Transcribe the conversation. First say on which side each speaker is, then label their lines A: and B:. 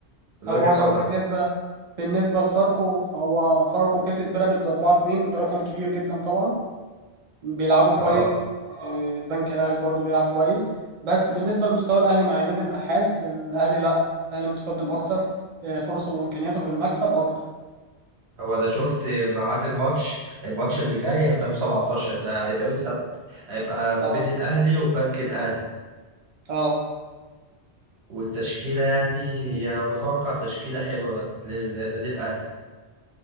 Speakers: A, on the right (about 70°); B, on the right (about 60°).
A: من
B: هو
A: وجهه
B: لو
A: نظرك
B: بالنسبه بالنسبه لفاركو فهو فاركو كسب بيراميدز 4 2 وده رقم كبير جدا طبعا بيلعبوا كويس
A: اه
B: آه، البنك الاهلي برضو بيلعب كويس بس بالنسبه لمستوى الاهلي مع عماد النحاس الاهلي لا الاهلي متقدم اكتر آه، فرصه وامكانياته في المكسب اكتر
A: هو انا شفت ميعاد الماتش الماتش اللي جاي هيبقى يوم 17 ده هيبقى يوم هيبقى
B: اه
A: ما بين الأهلي وبنك الأهلي
B: اه
A: والتشكيلة يعني هي متوقع تشكيلة حلوة للنادي الأهلي